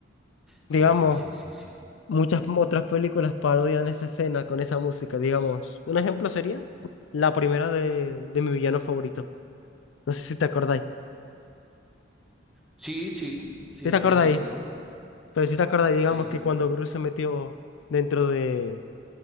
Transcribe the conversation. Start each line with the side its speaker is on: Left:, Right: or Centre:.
Centre: sí,
Left: Digamos,
Centre: sí, sí, sí, sí.
Left: muchas otras películas parodian esa escena con esa música, digamos. Un ejemplo sería la primera de, de mi villano favorito. No sé si te acordáis.
Centre: Sí, sí, sí,
Left: ¿Sí te
Centre: las
Left: acordáis?
Centre: he visto.
Left: Pero si te acordáis, digamos
Centre: Sí.
Left: que cuando Bruce se metió dentro de,